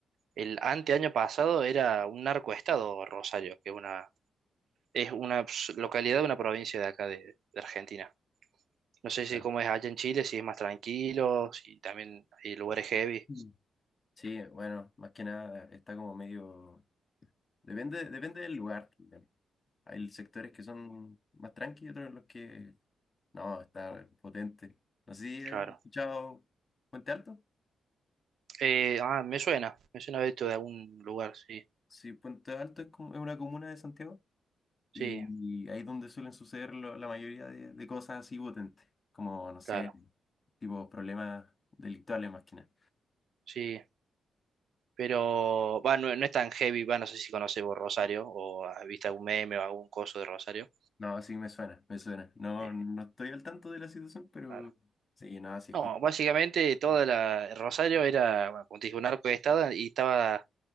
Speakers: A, on the right; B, on the left.
A: el anteaño pasado era un narcoestado Rosario, que es una, es una s- localidad de una provincia de acá de, de Argentina. No sé si
B: Ya.
A: cómo es allá en Chile, si es más tranquilo, si también hay lugares heavy.
B: Mm. Sí, bueno, más que nada está como medio. Depende, depende del lugar. también. Hay sectores que son más tranquilos, otros en los que no, está potente. No sé si he
A: Claro.
B: escuchado Puente Alto.
A: Eh, ah, me suena, me suena haber visto de algún lugar, sí,
B: Sí, Puente Alto es, como, es una comuna de Santiago
A: sí,
B: y ahí es donde suelen suceder lo- la mayoría de, de cosas así potentes, como, no sé,
A: claro,
B: tipo problemas delictuales más que nada.
A: sí, pero va, no, no es tan heavy, va, no sé si conoces vos Rosario o has visto algún meme o algún coso de Rosario,
B: No, sí me suena, me suena. No,
A: sí,
B: no estoy al tanto de la situación, pero
A: claro.
B: sí, no, sí escucho.
A: No, básicamente toda la Rosario era, bueno, como te dije, un narco de estado y estaba